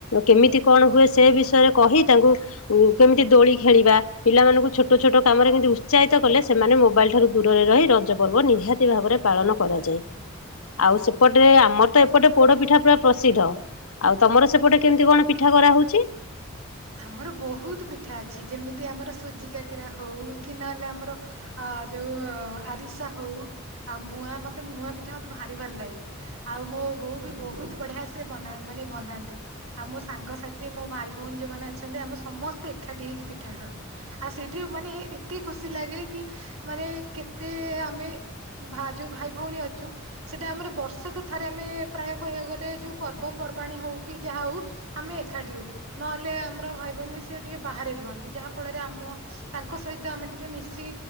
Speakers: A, on the left; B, on the right.
A: କେମିତି କଣ ହୁଏ ସେ ବିଷୟରେ କହି ତାଙ୍କୁ କେମିତି ଦୋଳି ଖେଳିବା ପିଲାମାନଙ୍କୁ ଛୋଟ-ଛୋଟ କାମରେ କେମିତି ଉ ଉତ୍ସାହିତ କଲେ ସେମାନେ ମୋବାଇଲ ଠାରୁ ଦୂରରେ ରହି ରଜ ପର୍ବ ନିହାତି ଭାବରେ ପାଳନ କରାଯାଏ। ଆଉ ସେପଟେ ଆମର ତ ଏପଟେ ପୋଡପିଠା ପ୍ରାୟ ପ୍ରସିଦ୍ଧ। ଆଉ ତମର ସେପଟେ କେମିତି କଣ ପିଠା କରା ହଉଛି?
B: ଆମର ବହୁତ ପିଠା ଅଛି ଯେମିତି ଆମର ସୁଜି କାକରା ହଉ କି ନହେଲେ ଆମର ଆ ଯୋଉ ଆରିସା ହଉ ଆଉ ମୁହାଁ ମତେ ମୁହାଁ ପିଠା ମତେ ଭାରି ଭଲ ଲାଗେ। ଆଉ ମୋ ବୋଉ ବି ବହୁତ୍ ବଢିଆ ସେ ବ ମାନେ ବନାନ୍ତି। ଆଉ ମୋ ସାଙ୍ଗସାଥି ମୋ ଭାଇ ଭଉଣୀ ଯୋଉମାନେ ଅଛନ୍ତି ଆମେ ସମସ୍ତେ ଏକାଠି ହେଇକି ପିଠା ଖାଉ। ଆଉ ସେଇଠିରେ ମାନେ ଏତେ ଖୁସି ଲାଗେ କି ମାନେ କେତେ ଆମେ? ଭା ଯୋଉଁ ଭାଇ ଭଉଣୀ ଅଛୁ। ସେଟା ଆମର ବର୍ଷକ ଥରେ ଆମେ ପ୍ରାୟ କହିବାକୁ ଗଲେ ଯୋଉ ପର୍ବପର୍ବାଣୀ ହଉ କି ଯାହା ହଉ। ଆମେ ଏକାଠି ହଉ ନହେଲେ ଆମର ଭାଇଭଉଣୀ ସି ଟିକେ ବାହାରେ ରୁହନ୍ତି ଯାହା ଫଳରେ ଆମ ତାଙ୍କ ସହିତ ଆମେ ଟିକେ ମିଶି